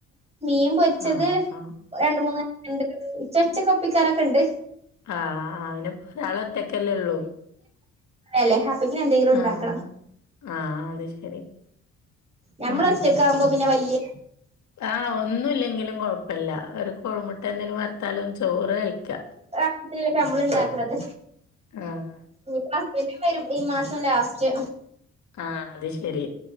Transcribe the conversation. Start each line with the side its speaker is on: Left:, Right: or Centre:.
Right: മീം പൊര്ച്ചത്.
Left: ആഹ് ആഹ്
Right: രണ്ട് മൂന്ന് <unintelligible> ണ്ട്ത് ച്ചച്ചൊക്കൊപ്പിക്കാറൊക്കെണ്ട്.
Left: ആഹ് ആയിനപ രാളൊറ്റക്കല്ലേ ള്ളൂ
Right: അല്ലേ അപ്പക്കിന് എന്തെങ്കിലും ഉണ്ടാക്കണം
Left: ആഹ്. ആഹ് അത് ശരി.
Right: നമ്മളൊറ്റക്കാവുമ്പോ
Left: ഉം
Right: പിന്നെ വല്ല്യ.
Left: ആഹ് ഒന്നുല്ലെങ്കിലും കൊഴപ്പല്ല ഒരു കൊഴിമുട്ടെ ന്തെലും വർത്താലും ചോറ് കഴിക്ക്യ.
Right: ത്തിലെപ്പ മ്മള് ണ്ടാക്ക്ണത്.
Left: ആഹ്.
Right: <unintelligible> ണ ഹസ്ബൻഡും വരും ഈ മാസം ലാസ്റ്റ്.
Left: ആഹ് അത് ശരി.